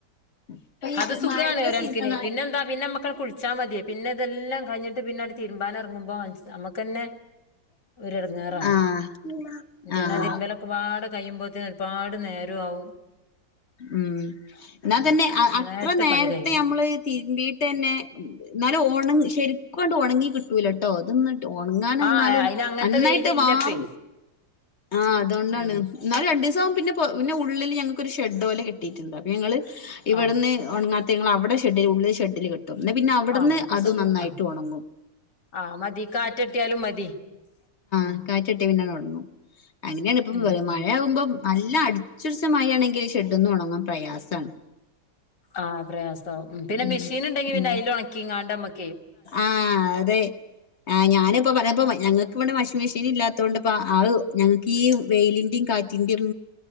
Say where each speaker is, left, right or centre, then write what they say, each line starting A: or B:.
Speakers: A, on the left; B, on the left.
A: ഇപ്പൊ ഈ
B: അത് സുഖാണ്
A: മഴന്റെ
B: ഒരണക്കിന്
A: സീസണായി
B: പിന്നെന്താ പിന്നെമ്മക്കാണ്ട് കു ളിച്ചാ മതി. പിന്നെ ഇതെല്ലാം കൈഞ്ഞിട്ട് പിന്നങ്ങട് തിരുമ്പാനിറങ്ങുമ്പം മൻസ് ഞമ്മക്കന്നെ ഒരിടങ്ങേറാണ്
A: ആഹ്
B: പിന്നെ
A: ആഹ്
B: തിരുമ്പലൊക്കെപാടെ കഴിയുമ്പോത്തിന് പാട് നേരം ആവും
A: ഉം ഇന്നാ
B: ഉം
A: തന്നെ അത്ര നേരത്തെ
B: പണി കഴിയും
A: നമ്മള് തിരുമ്പീ ട്ടന്നെ എന്നാലും ഒണങ്ങി ശരിക്കുംഅങ്ങട് ഒണങ്ങി കിട്ടൂലാട്ടോ ഇത് എന്നട്ട് ഒണങ്ങാന്
B: ആഹ്
A: എന്നാൽ ലും
B: അയിന് അങ്ങനത്തെ
A: നന്നായിട്ട്
B: വെയിലില്ലപ്പേ
A: വാർ ആഹ് അതോണ്ടാണ്
B: ഉം
A: എന്നാലും രണ്ടീസാവുമ്പോ പിന്നെ പിന്നെ ഉള്ളില് ഞങ്ങക്കൊരു ഷെഡ്ഡുപോലെ കെട്ടീട്ടുണ്ട് പിന്നെ ഞങ്ങള് ഇവടുന്ന്
B: ആഹ്
A: ഒണങ്ങാത്തെ ഞങ്ങൾ അവടെ ഷെഡ്ഡില് ഉള്ളില് ഷെഡ്ഡില് കെ ട്ടും ഇത് പിന്നെ അവടുന്ന്
B: ആഹ് അപ്പൊ
A: അത്
B: സുഖ
A: നന്നായിട്ട്
B: ആഹ്
A: ഒണങ്ങും
B: ആഹ് മതി കാറ്റട്ടിയാലും മതി ഉം
A: ഉം കാറ്റിട്ടിയാ പിന്നാങ്ങ് ഒണങ്ങും അങ്ങനെയാണിപ്പം
B: ഉം
A: മഴയാവുമ്പം
B: ഉം
A: നല്ല അടിച്ചുടച്ച മഴയാണെങ്കി ഷെഡ്ഡിന്ന് ഒണങ്ങാൻ പ്രയാസാണ്
B: ആഹ് പ്രയാസാവും പിന്നെ
A: ഉം
B: മിഷീനുണ്ടെങ്കി പിന്നെ
A: ഉം
B: അയില് ഒണക്കിങ്ങാണ്ട് അമ്മക്ക്
A: ആഹ് അതെ ആഹ് ഞാനിപ്പൊ പറഞ്ഞപ്പോ ഞങ്ങക്ക് ഇവടെ വാഷിംഗ് മിഷീന് ഇല്ലാത്തോണ്ട് ഇപ്പ അഹ് ഞങ്ങക്ക് ഈ വെയിലിന്റിം കാ റ്റിന്റിം